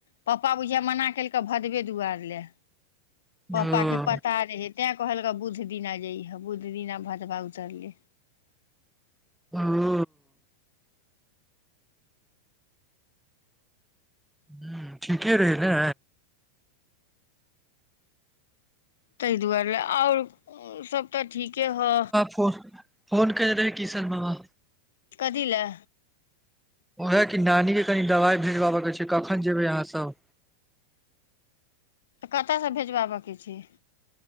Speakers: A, on the left; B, in the centre.
A: पप्पा बुझिया मना केलक भदबे दुआरि ले पपा
B: ओ
A: के प <unintelligible> तैं कहलक बुध दिना जइहे बुध दिना भदवा उतरले
B: <unintelligible> हम्म ठीके रहै ने
A: तहि दुआरे आओर सब तऽ ठीके ह
B: कूर <unintelligible> फोन कने रहै किशन बाबा
A: कदी लए
B: ओएह कि नानीके कनि दवाइ भेजबाबयके छै कखन जेबै अहाँसब
A: तऽ कतयसँ भेजवाबैके छै